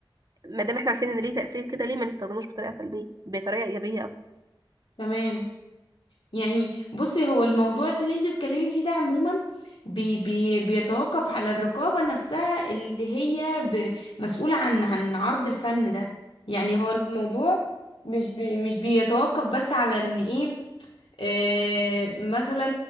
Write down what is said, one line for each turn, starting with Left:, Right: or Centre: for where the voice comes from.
Right: ما دام احنا عارفين ان ليه تأثير كده ليه ما نستخدموش بطريقة سلبية بطريقة إيجابية قصدي
Left: تمام يعني بصي هو الموضوع اللي انت بتتكلمي فيه ده عموما بي بي بيتوقف على الرقابة نفسها اللي هي ب- مسؤولة عن عن عرض الفن ده يعني هو الموضوع مش بي مش بيتوقف بس على ان ايه آه، مثلا